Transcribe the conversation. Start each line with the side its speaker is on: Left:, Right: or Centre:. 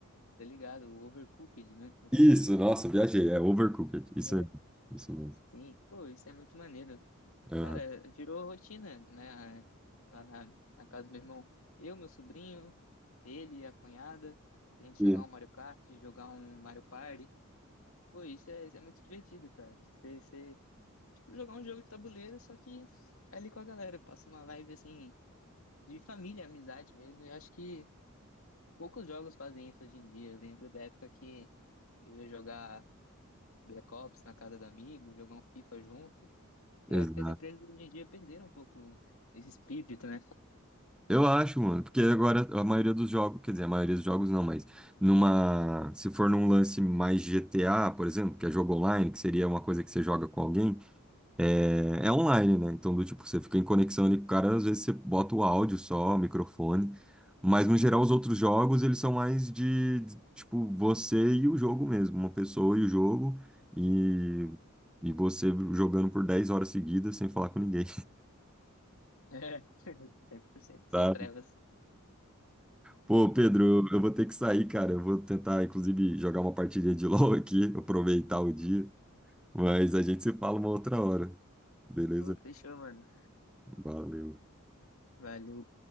Left: tá ligado? O Overcooked, né?
Centre: Isso, nossa, viajei, é Overcooked. Isso
Left: É,
Centre: aí, isso mesmo.
Left: sim, pô, isso é muito maneiro.
Centre: Aham.
Left: Cara, virou rotina, né? Lá na, na casa do meu irmão. Eu, meu sobrinho, ele, a cunhada, a gente
Centre: E-
Left: jogar um Mario Kart, jogar um Mario Party. Pô, isso é, isso é muito divertido, cara. Você, você- tipo, jogar um jogo de tabuleiro, só que ali com a galera. Passa uma vibe, assim, de família, amizade mesmo. E eu acho que poucos jogos fazem isso hoje em dia. Eu lembro da época que eu ia jogar Black Ops na casa do amigo, jogar um FIFA junto. E
Centre: Exato.
Left: eu acho que as empresas hoje em dia perderam um pouco esse espírito, né?
Centre: Eu acho, mano, porque agora a maioria dos jogos, quer dizer, a maioria dos jogos não, mas numa, se for num lance mais GTA, por exemplo, que é jogo online, que seria uma coisa que você joga com alguém, é, é online, né? Então, do tipo, você fica em conexão ali com o cara, às vezes você bota o áudio só, o microfone, mas no geral os outros jogos, eles são mais de, de, tipo, você e o jogo mesmo, uma pessoa e o jogo, e, e você jogando por 10 horas seguidas sem falar com ninguém.
Left: É, <laughs> cem por cento
Centre: <laughs>
Left: Só trevas.
Centre: Pô, Pedro, eu vou ter que sair, cara. Eu vou tentar, inclusive, jogar uma partida de <laughs> LoL aqui, aproveitar o dia. Mas a gente se fala uma outra hora. Beleza?
Left: Pô, fechou, mano.
Centre: Valeu.
Left: Valeu.